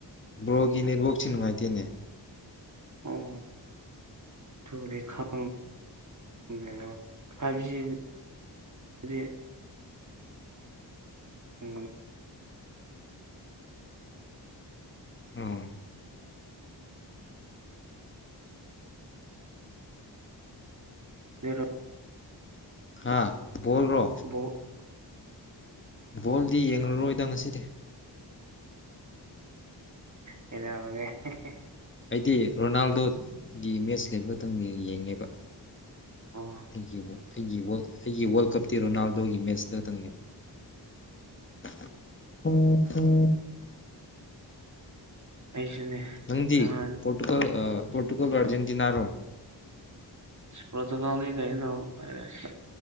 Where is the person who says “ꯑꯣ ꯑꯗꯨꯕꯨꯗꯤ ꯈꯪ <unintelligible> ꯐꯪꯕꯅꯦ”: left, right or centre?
Right